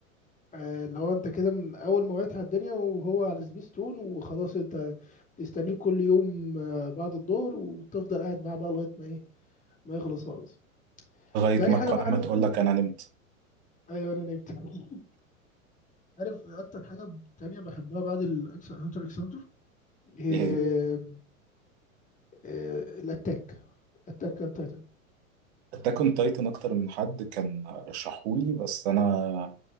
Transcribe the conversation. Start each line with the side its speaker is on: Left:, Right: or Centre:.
Left: آه، اللي هو انت كده من اول ما وعيت على الدنيا وهو على سبيستون وخلاص انت تستنيه كل يوم آه، بعد الظهر وتفضل قاعد معاه بقى لغاية ما ايه ما يخلص خالص
Right: لغايه
Left: تاني
Right: ما
Left: حاجة
Right: القناه
Left: بقى عارف
Right: ما تقول لك انا نمت
Left: ايوه انا نمت <laughs> عارف اكتر حاجة تانية بحبها بعد الأكس- هانتر اكس هانتر هي
Right: ايه هي
Left: آه، الاتاك اتاك اون تايتن
Right: اتاك اون تايتن اكتر من حد كان رشحولي بس انا